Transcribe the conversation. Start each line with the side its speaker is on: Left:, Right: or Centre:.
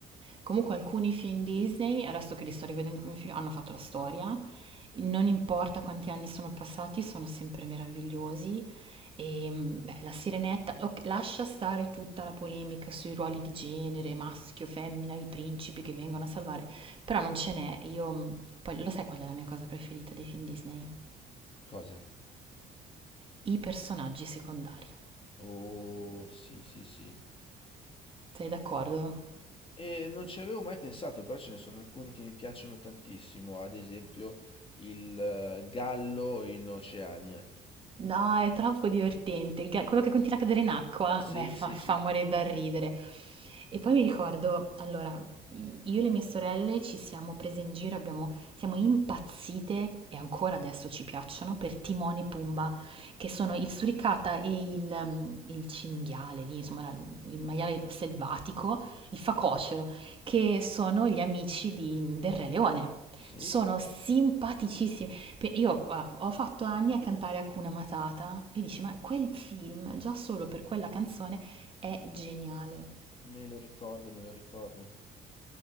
Right: Comunque alcuni film Disney, adesso che li sto rivedendo come film, hanno fatto la storia. Non importa quanti anni sono passati, sono sempre meravigliosi. E mh, beh, la Sirenetta, ok, lascia stare tutta la polemica sui ruoli di genere, maschio, femmina, i principi che vengono a salvare, però non ce n'è. Io, mh, poi lo sai qual è la mia cosa preferita dei film Disney?
Left: Cosa?
Right: I personaggi secondari.
Left: Oh, sì, sì, sì.
Right: Sei d'accordo?
Left: E non ci avevo mai pensato, però ce ne sono alcuni che mi piacciono tantissimo, ad esempio il eh, gallo in Oceania.
Right: No, è troppo divertente. Il ga- quello che continua a cadere in acqua
Left: Sì,
Right: me fa,
Left: sì,
Right: fa
Left: sì,
Right: morire dal ridere. E poi mi ricordo, allora, mh, io e le mie sorelle ci siamo prese in giro, abbiamo- siamo impazzite, e ancora adesso ci piacciono, per Timone e Pumba, che sono il suricata e il, mh, il cinghiale, lì, insomma, la- il maiale selvatico, il facocero, che sono gli amici di- del Re Leone.
Left: sì,
Right: Sono simpaticissimi. Pe- Io guarda, ho fatto anni a cantare Hakuna Matata e dici, ma quel film, già solo per quella canzone, è geniale.
Left: me lo ricordo, me lo ricordo.